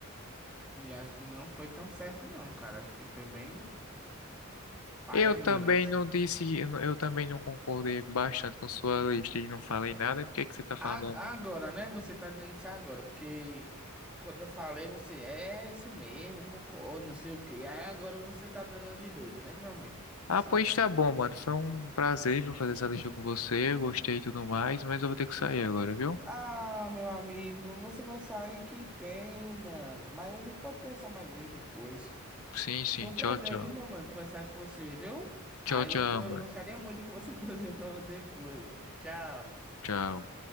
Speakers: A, in the centre; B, on the left.
A: E acho que não foi tão certo, não, cara. Acho que foi bem. Paia
B: Eu também
A: mesmo, assim.
B: não disse, eu não- eu também não concordei bastante com sua lista e não falei nada. Por que que você tá falando
A: A-
B: a
A: Agora,
B: mim?
A: né? Você tá dizendo isso agora, porque quando eu falei, você é é isso mesmo, concordo, não sei o quê. Aí agora você tá dando de doido, né, meu amigo?
B: Ah,
A: Sim.
B: pois tá bom, mano. Foi um prazer viu, fazer essa lista com você. Gostei e tudo mais, mas eu vou ter que sair agora, viu?
A: Ah, meu amigo, você vai sair, que pena. Mas a gente pode conversar mais vezes depois.
B: Sim, sim.
A: Foi um
B: Tchau,
A: prazer,
B: tchau.
A: viu, meu mano, conversar com você, viu?
B: Tchau,
A: Aí
B: tchau,
A: eu go-
B: mano.
A: gostaria muito de conversar <laughs> com você pra depois. Tchau.
B: Tchau.